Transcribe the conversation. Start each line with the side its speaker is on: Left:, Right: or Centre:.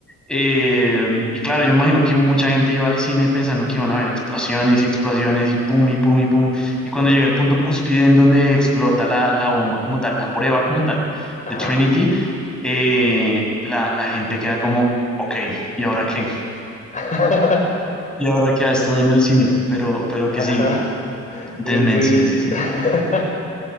Centre: Eh, y claro, yo imagino que mucha gente iba al cine pensando que iban a haber explosiones y explosiones y pum y pum y pum. Y cuando llega el punto cúspide en donde explota la, la bomba como tal, la prueba como tal
Left: ajá.
Centre: de Trinity, eh, la, la gente queda como, ok, ¿y ahora qué?
Left: <laughs>
Centre: ¿Y ahora qué? A esto viene el cine, pero, pero ¿qué
Left: Ajá.
Centre: sigue? Desmen,
Left: Sí, sí,
Centre: sí,
Left: dices-
Centre: sí, sí.
Left: <laughs>